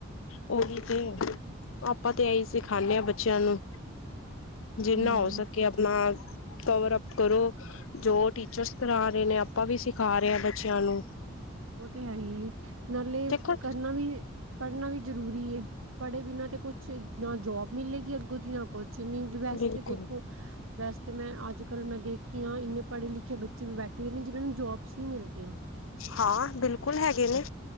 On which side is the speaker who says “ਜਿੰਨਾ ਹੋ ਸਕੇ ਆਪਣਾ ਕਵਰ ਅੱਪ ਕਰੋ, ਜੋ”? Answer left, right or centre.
Left